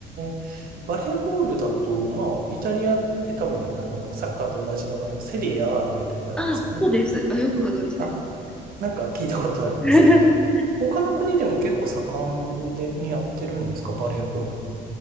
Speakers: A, on the right (about 60°); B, in the centre.
A: え、バレーボールだと、まあ、イタリアって多分、あの、サッカーと同じ名前のセリエ A みたいになるんですかね。
B: あ、そうです。あ、よくご存知ですね。
A: あ、なんか聞いたことあります。
B: <laughs>
A: 他の国でも結構盛んで、にやってるんですかバレーボール。